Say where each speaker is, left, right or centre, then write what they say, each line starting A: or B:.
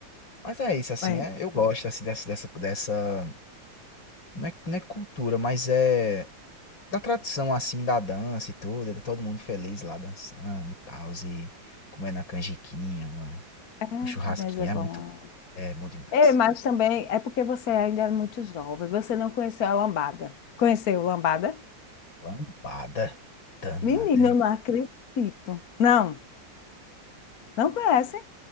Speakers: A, on the left; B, on the left.
A: Mas é isso, assim,
B: Mas,
A: é, eu gosto assim, dessa, dessa, dessa. Não é, não é cultura, mas é da tradição assim da dança e tudo, é todo mundo feliz lá dançando e tal, e comendo a canjiquinha, uma,
B: é,
A: um churrasquinho,
B: mas é bom.
A: é muito bom, é bom demais.
B: É, mas também é porque você ainda é muito jovem. Você não conheceu a lambada. Conheceu a lambada?
A: Lambada danada.
B: Menino,
A: é-
B: eu não acredito. Não, não conhece?